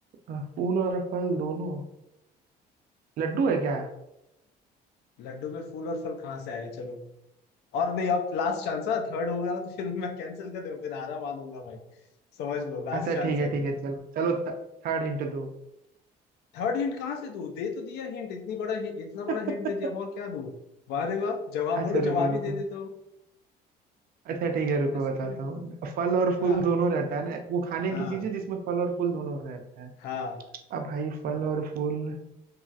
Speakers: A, on the right; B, on the left.
A: अ, फूल और फल दोनों लड्डू है क्या
B: लड्डू में फूल और फल कहाँ से आया चलो और नहीं अब लास्ट चांस है थर्ड होगा तो फिर मैं कैंसिल कर दूं फिर हारा मानूंगा भाई समझ लो लास्ट
A: अच्छा
B: चांस
A: ठीक है
B: है
A: ठीक है चलो चलो थर्ड हिंट दो
B: थर्ड हिंट कहाँ से दूँ दे तो दिया हिंट इतनी बड़ा हिंट इतना बड़ा
A: <laughs>
B: हिंट दे दिया अब और क्या दूँ वाह रे वाह जवाब बोलो
A: अच्छा रुको
B: जवाब
A: रुको
B: ही दे देता हूँ
A: अच्छा ठीक है रुको
B: ऐसे
A: बताता
B: थोड़ी
A: हूँ फल और
B: हाँ
A: फूल दोनों रहता है ना वो खाने
B: हाँ
A: की चीज है जिसमें फल और फूल दोनों रहता है
B: हाँ
A: अब भाई फल और फूल